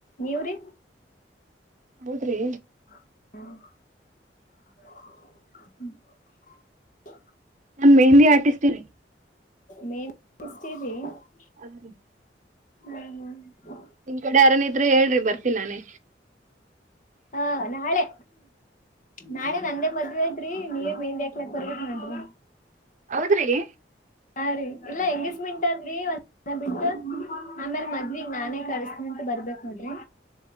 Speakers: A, on the left (about 50°); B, on the right (about 45°).
A: ನೀವ್ರೀ
B: ಹೌದ್ರಿ
A: ಹ <unintelligible>
B: ನಾನ್ ಮೆಹಿಂದಿ ಆರ್ಟಿಸ್ಟರಿ
A: ಮೇನ್ಷ್ತೀರಿ <unintelligible>
B: ಅಲ್ಲಿ <inaudible>
A: ಹ ಹ
B: ನಿನ್ ಕಡೆ ಯಾರನ ಇದ್ರೆ ಹೇಳ್ರಿ ಬರ್ತಿನೀ ನಾನೆ
A: ಹಾ ನಾಳೆ ನಾಳೆ ನಂದೇ ಮದ್ವೆ ಅದ್ರಿ ನೀವ ಮೆಹಿಂದಿ ಹಾಕ್ಲಕ್ ಬರ್ಬೇಕಕ್ ನೋಡ್ರಿ
B: ಹೌದ್ರಿ
A: ಹ ರೀ ಇಲ್ಲಾ ಹೆಂಗಿಸ್ಮಿಂಟದ್ರಿ ಒಂದ್ ಬಿಟ್ಟು ಆಮೇಲ್ ಮದ್ವಿಗ್ ನಾನೇ ಕರಿತ್ನ ಮತ್ತ ಬರ್ಬೇಕ ನೋಡ್ರಿ